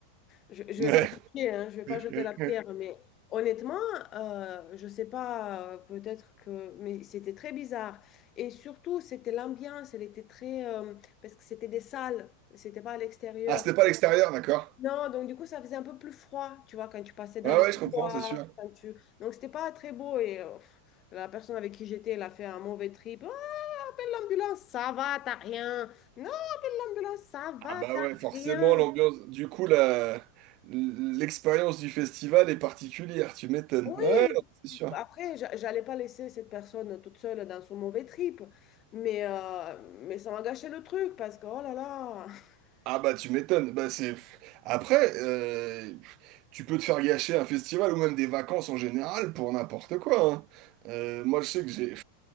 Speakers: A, on the left (about 30°); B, on the right (about 40°).
A: Je, je
B: ouais.
A: vais pas jeter, hein, je vais pas
B: Ouais.
A: jeter la pierre,
B: <laughs>
A: mais honnêtement, euh, je sais pas, euh, peut-être que, mais c'était très bizarre. Et surtout, c'était l'ambiance, elle était très, euh, parce que c'était des salles, c'était pas à l'extérieur.
B: Ah, c'était pas l'extérieur, d'accord?
A: Non, donc du coup, ça faisait un peu plus froid, tu vois, quand tu passais dans
B: Ah
A: les
B: ouais,
A: couloirs,
B: je comprends, c'est sûr.
A: quand tu, donc c'était pas très beau et. euh, pff, La personne avec qui j'étais, elle a fait un mauvais trip. Oh, L'ambulance, ça va, t'as rien. Non, l'ambulance, ça va,
B: Ah bah
A: t'as
B: ouais, forcément,
A: rien.
B: l'ambiance. Du coup, la... l'expérience du festival est particulière, tu m'étonnes.
A: Oui,
B: Ouais, non, c'est sûr.
A: après, j'a- j'allais pas laisser cette personne toute seule dans son mauvais trip, mais, euh, mais ça m'a gâché le truc parce que, oh là là, <laughs>
B: Ah bah tu m'étonnes. Bah c'est. Après, euh, tu peux te faire gâcher un festival ou même des vacances en général pour n'importe quoi. hein. Euh, moi je sais que j'ai